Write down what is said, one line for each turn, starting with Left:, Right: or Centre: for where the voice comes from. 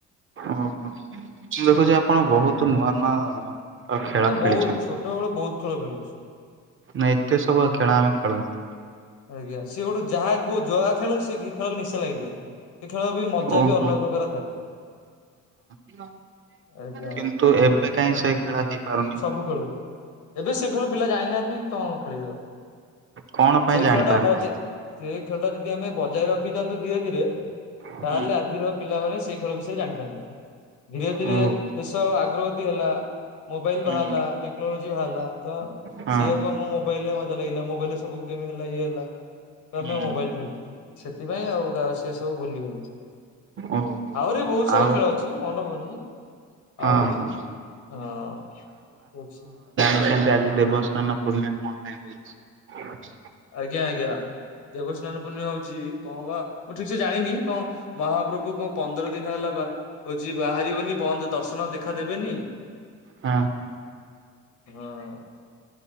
Right: ଓହୋ ମୁଁ ଦେଖୁଛି ଆପଣ ବହୁତ ନୂଆ ନୂଆ ଖେଳ
Left: ଏ ବହୁତ
Right: ଖେଳିଛନ୍ତି
Left: ଛୋଟ ବେଳେ ବହୁତ ଖେଳ ଖେଳିଛୁ।
Right: ନାଇଁ ଏତେ ସବୁ ଖେଳ ଆମେ ଖେଳୁନୁ।
Left: ଆଜ୍ଞା ସିଏ ଗୋଟେ ଯାହା କୁହ ଯଆ ଖେଳୁନ ସେ ଖେଳରେ ନିଶା ଲାଗିଯାଏ। ସେ ଖେଳ ବି ମଜା
Right: ଓହୋ
Left: ବି ଅଲଗା ପ୍ରକାର ଥାଏ।
Right: ହଁ।
Left: ଆଜ୍ଞା
Right: କିନ୍ତୁ ଏବେ କାଇଁ ସେ ଖେଳ ହେଇପାରୁନି?
Left: ବୁ ଖେଳୁ। ଏବେ ସେ ଖେଳ ପିଲା ଜାଇନାହାନ୍ତି କଣ ଖେଳିବ ଆଉ।
Right: କଣ ପାଇଁ
Left: ସେଇ
Right: ଜାଣି
Left: ଖେଳ ଟା
Right: ପାରୁନାହାନ୍ତି।
Left: ବଜ ସେଇ ଖେଳ ଟା ଯଦି ଆମେ ବଜାୟ ରଖିଥାନ୍ତୁ ଧୀରେ ଧୀରେ
Right: ହୁଁ
Left: ତାହେଲେ ଆଜିର ପିଲାମାନେ ସେ ଖେଳ ବିଷୟରେ ଜାଣିଥାନ୍ତୁ। ଧୀରେ ଧୀରେ
Right: ଓହୋ
Left: ଦେଶ ଆଗ୍ରଗତି ହେଲା। ମୋବାଇଲ
Right: ହୁଁ
Left: ବାହାରିଲା ଟେକ୍ନୋଲୋଜି ବାହାରିଲା ତ
Right: ହଁ
Left: ସେଇଆକୁ ଆମକୁ ମୋବାଇଲ ରେ ମଜା ଲାଗିଲା ମୋବାଇଲ ରେ ସବୁ ଗେମ ହେଲା ଇଏ ହେଲା। ତ
Right: ହୁଁ
Left: ଆମେ ମୋବାଇଲ ଖେଳିଲୁ ସେଥିପାଇଁ ଆଉ ତ ସେ ସବୁ ଭୁଲି ଗଲୁ।
Right: ଓହୋ।
Left: ଆହୁରି ବି ବହୁତ ସାରା
Right: ଆଉ
Left: ଖେଳ ଅଛି ମନପଡୁନି।
Right: ହଁ
Left: ଆହୁରି
Right: ହଁ
Left: ହଁ ଅଛି
Right: ଆ ଡାଲି ଦେବସ୍ନାନ ପୂର୍ଣ୍ଣିମା କଣ ପାଇଁ ହଉଛି?
Left: ଆଜ୍ଞା ଆଜ୍ଞା। ଦେବସ୍ନାନ ପୂର୍ଣ୍ଣିମା ହଉଛି କଣ ବା ମୁଁ ଠିକ୍ ସେ ଜାଣିନି କଣ? ମହାପ୍ରଭୁ କଣ ପନ୍ଦର ଦିନ ହେଲା ବା ହଉଛି ବାହାରିବେନି ବନ୍ଦ ଦର୍ଶନ ଦେଖା ଦେବେନି
Right: ହାଁ।
Left: ହଁ।